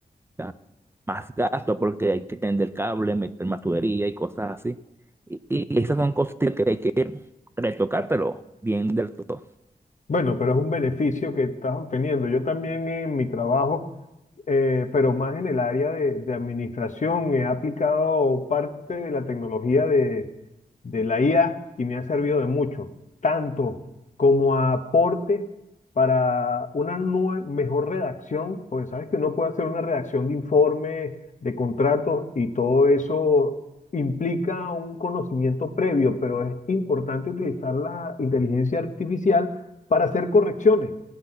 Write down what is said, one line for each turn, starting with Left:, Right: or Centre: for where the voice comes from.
Right: está más gasto porque hay que tender cable, meter más tubería y cosas así. Y, y esas son cosas que hay que retocar, pero bien del todo.
Left: Bueno, pero es un beneficio que estás obteniendo. Yo también en mi trabajo eh, pero más en el área de, de administración. He aplicado parte de la tecnología de, de la IA y me ha servido de mucho, tanto como aporte para una nue- mejor redacción, porque sabes que uno puede hacer una redacción de informes, de contratos y todo eso implica un conocimiento previo, pero es importante utilizar la inteligencia artificial para hacer correcciones